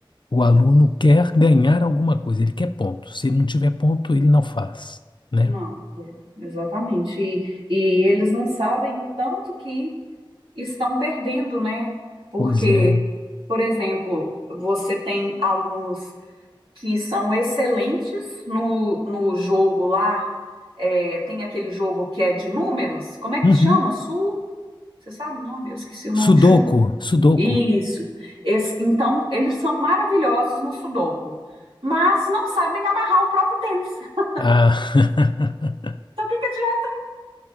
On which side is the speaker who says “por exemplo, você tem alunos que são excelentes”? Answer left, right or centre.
Right